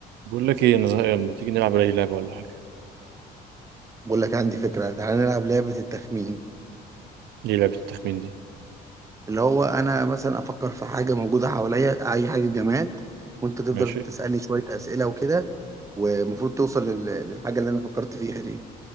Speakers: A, on the right; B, on the right.
A: بقول لك ايه انا زهقان ما تيجي نلعب اي لعبه ولا حاجه
B: بقول لك عندي فكرة تعالى نلعب لعبة التخمين
A: دي لعبه التخمين دي
B: اللي هو أنا مثلا أفكر في حاجة موجودة حواليا أي حاجة جماد وأنت تفضل
A: ماشي
B: تسألني شوية أسئلة وكده والمفروض توصل لل- للحاجة اللي أنا فكرت فيها دي